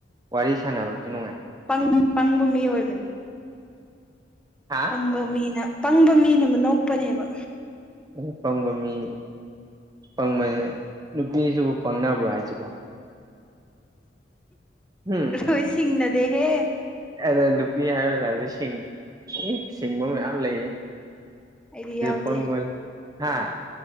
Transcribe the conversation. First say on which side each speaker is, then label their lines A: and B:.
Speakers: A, on the right; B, in the centre.
A: ꯋꯥꯔꯤ ꯁꯥꯟꯅꯕꯁꯨ ꯅꯨꯡꯉꯥꯏ
B: ꯄꯪ ꯄꯪꯕ ꯃꯤ ꯑꯣꯏꯕꯅꯤ
A: ꯍꯥ
B: ꯄꯪꯕ ꯃꯤꯅ ꯄꯪꯕ ꯃꯤꯅ ꯅꯣꯛꯄꯅꯦꯕ
A: ꯎ ꯄꯪꯒꯃꯤ ꯎꯝ ꯪ ꯅꯨꯄꯤꯁꯤꯕꯨ ꯄꯪꯅꯕ꯭ꯔꯣ ꯍꯥꯏꯁꯤꯕꯣ ꯍꯨꯝ
B: ꯔꯣꯍꯤꯁꯤꯡꯅꯗꯦ ꯍꯦ
A: ꯑꯗ ꯅꯨꯄꯤ ꯍꯥꯏꯔꯣꯖ ꯍꯥꯏꯁꯨꯦ ꯁꯤꯡ ꯁꯤꯡꯕ ꯃꯌꯥꯝ ꯂꯩꯌꯦ
B: ꯑꯩꯗꯤ ꯌꯥꯎꯗꯦ
A: ꯄꯪ ꯍꯥꯥ